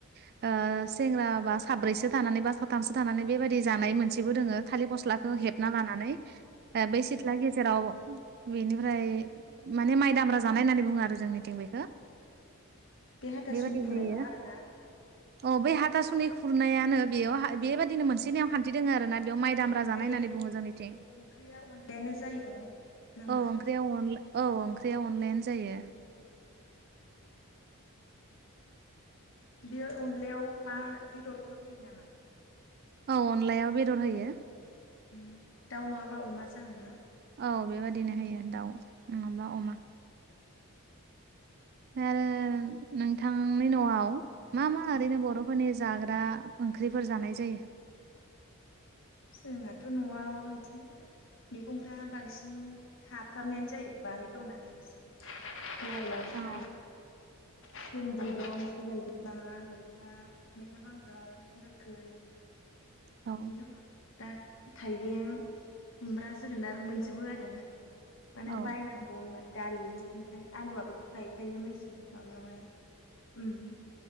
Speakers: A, on the right (about 45°); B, on the left (about 60°).
A: ओ सेंग्रा बा साब्रैसो थानानै बा साथामसो थानानै बेबादि जानाय मोनसेबो दोङो थालिर फस्लाखौ
B: औ
A: हेबना लानानै ओ बै सिथ्ला गेजेराव बेनिफ्राय माने माइ दाम्रा जानाय होननानै बुङो आरो जोंनिथिं बेखो।
B: बे हाथासुनि
A: बेबायदि
B: खुरनाय
A: हयो।
B: नङा आरोना
A: अ बै हाथासुनि खुरनायानो बेयाव बेबाददिनो मोनसे नेम खान्थि दङ आरो ना बेयाव माइ दामब्रा
B: ओमफ्रायो
A: जानाय होननानै बुङो जोंनिथिं।
B: ओंख्रिया अनलायानो जायो। नामा
A: औ ओंख्रिया अनला औ ओंख्रिया अनलायानो जायो।
B: ओं बे अनलायाव मा बेदरफोर होयो नामा?
A: औ अनलायाव बेदर होयो।
B: उम दाउ नङाबा अमा जागोन ना।
A: औ बेबदिनो होयो दाउ नङाबा अमा फ्राय आरो नोंथांनि नआव मा मा
B: औ
A: ओरैनो बरफोरनि जाग्रा ओंख्रिफोर जानाय जायो।
B: जोंहाथ नआव इदिनो मैगंफ्रा बांसिन थाफ्रामनायानो जायो बारि दंनालाय एसे। लाय लाफा
A: औ
B: फिन्दि दं सबायाइ बिमा मैथा मैथा बांगाल मैथा गोखै
A: औ
B: बिनो उनाव दा थाइबें खुमब्रा जोगोनार मोनजोबो आरो माने
A: औ
B: बायनांगौ होनबा दालि ओमफ्राय आलुआबोथ गायखायो मेसें माबायावहाय उम